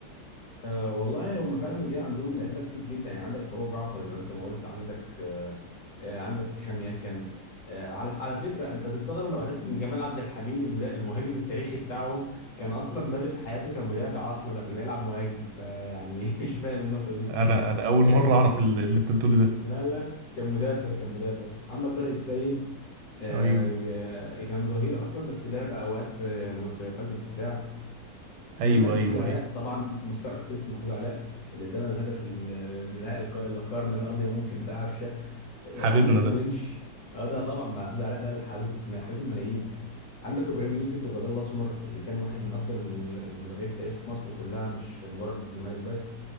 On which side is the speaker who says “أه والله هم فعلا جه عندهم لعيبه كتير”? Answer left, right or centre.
Left